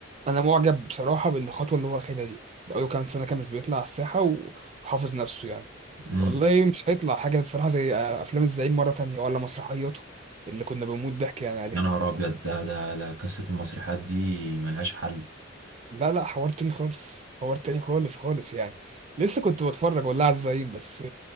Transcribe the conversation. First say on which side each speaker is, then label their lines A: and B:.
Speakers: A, on the right (about 35°); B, on the right (about 70°).
A: انا معجب بصراحه بالخطوه اللي هو واخدها دي بقاله كام سنه كان مش بيطلع على الساحه و- وحافظ نفسه يعني
B: أمم.
A: والله مش هيطلع حاجه بصراحه زي افلام الزعيم مره تانية ولا مسرحياته اللي كنا بنموت ضحك يعني عليها
B: يا نهار ابيض ده ده لا، قصه المسرحيات دي ملهاش حل
A: لا لا حوار تاني خالص حوار تاني خالص خالص يعني لسه كنت بتفرج والله على الزعيم بس